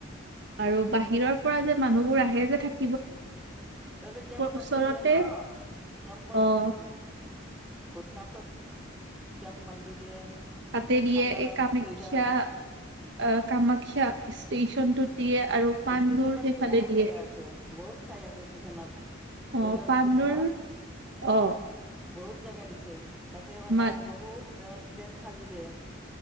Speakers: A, on the right; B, in the centre.
A: আৰু বাহিৰৰ পৰা যে মানুহবোৰ আহে যে থাক
B: তাতে কেম্প বান্ধি
A: ওচৰতে
B: দিয়ে ন, কেম্পত
A: অ'
B: উ ভোটনাথত কেম্প বান্ধি দিয়ে
A: তাতে দিয়ে
B: সনাৰাম
A: এই কামেখ্যা-আ-কামাখ্যা
B: ফিল্ডত
A: ষ্টেচনটোত দিয়ে আৰু পাণ্ডুৰ
B: ষ্টেচনতটো
A: সেইফালে
B: বহুত
A: দিয়ে
B: জেগা আছে, বহুত ঠাই আছে ষ্টেচনত
A: অ
B: ৰেলৰ
A: পাণ্ডুৰ
B: ষ্টেচনত
A: অ
B: বহুত জেগা দিছে তাতে মানে
A: মা
B: বহুত টেণ্ট সাজি দিয়ে।